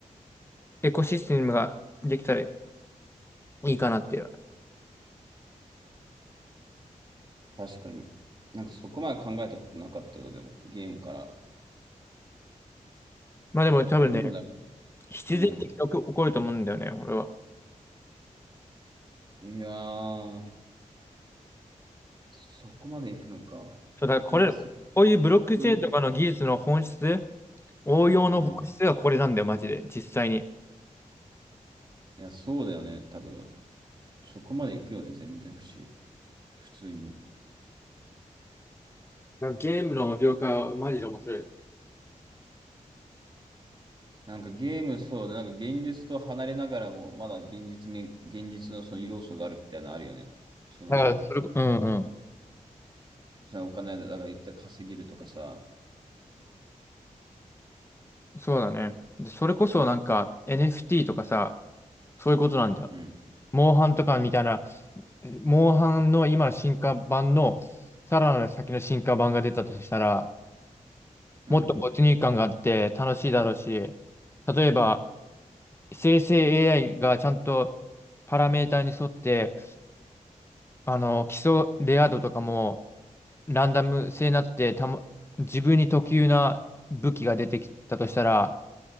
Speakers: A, on the left; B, on the right.
A: エコシステムができたらいいかなっていう。
B: 確かに。なんかそこまで考えたことなかったのでも、ゲームから。
A: まあでも多分ね、
B: なんだろ
A: 必然的に起こ起こると思うんだよね、
B: う。うん。
A: 俺は。
B: いやー、そこまで行くのか。
A: そうだからこれ、
B: なんかそこ、
A: こういうブロックチェーンとかの技術の本質、
B: うん。
A: 応用の本質がこれなんだよ、
B: うん
A: マジで、実際に。
B: いや、そうだよね、多分。そこまで行くよね、全然不思、普通に。
A: なんかゲームの業界はマジで面白い。
B: なんかゲーム、そうだ、なんか現実と離れながらも、まだ現実み、現実のその要素があるみたいなのあるよね。その、
A: だからそれこ、うんう
B: そのお金だから一旦稼げるとかさ。
A: ん。そうだね。でそれこそなんか NFT とかさ、そういうことなんだよ。
B: うん
A: モンハンとかみたいな、えモンハンの今の進化版の、さらなる先の進化版が出たとしたら、
B: うん。
A: もっと没入感があって楽しいだろうし、例えば、生成 AI がちゃんとパラメーターに沿って、あの、基礎レア度とかもランダム性になってたも、自分に特有な武器が出てきたとしたら、